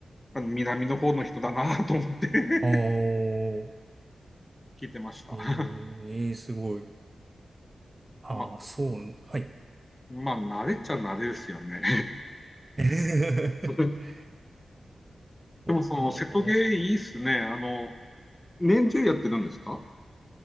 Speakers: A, on the left (about 15°); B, on the right (about 30°).
A: あの南の方の人だなと思って <laughs>
B: あー
A: 聞いてました。
B: ええすごい。
A: <laughs>
B: あーそう、
A: まあ、
B: はい。
A: まあ、慣れっちゃ慣れですよね。
B: <laughs>
A: <laughs>
B: お
A: でも、その、瀬戸芸いいっすね。あの、年中やってるんですか